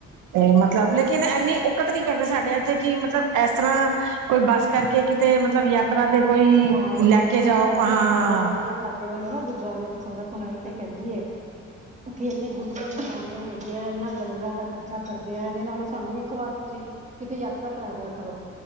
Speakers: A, on the right; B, on the right.
A: ਤੇ
B: ਅੱਛਾ
A: ਮਤਲਬ ਲੇਕਿਨ ਐਨੀ ਦਿੱਕਤ ਨੀ ਕਰਦੇ ਸਾਡੇ ਇੱਥੇ ਕੀ ਮਤਲਬ ਐਸ ਤਰ੍ਹਾਂ ਕੋਈ ਬੱਸ ਕਰਕੇ ਕਿਤੇ ਮਤਲਬ ਯਾ ਯਾਂ ਤੇ ਕੋਈ
B: ਘੁੰਮ ਆਏ
A: ਲੈ ਕੇ
B: ਹੁਣ
A: ਜਾਓ
B: ਸਾਡੇ
A: ਕ ਹਾਂ।
B: ਗੁਰਦੁਆਰੇ ਸਾਡੇ ਵੱਲੋਂ ਨਾ ਗੁਰਦੁਆਰੇ ਦੀ ਸੰਗਤ <unintelligible> ਤੇ ਕੈਂਦੀ ਏ। ਓਥੇ ਏਨੇ ਗੁਰਪੁਰਬ ਮਨਾਉਦੇ ਹੈਗੇ ਆ ਏਨਾਂ ਲੰਗਰਾਂ ਦਾ ਖਰਚਾ ਕਰਦੇ ਐ ਇਹਦੇ ਨਾਲੋਂ ਸਾਨੂੰ ਇੱਕ ਵਾਰ ਤੁਸੀਂ ਕਿਤੇੇ ਯਾਤਰਾ ਕਰਾ ਦਿਆ ਕਰੋ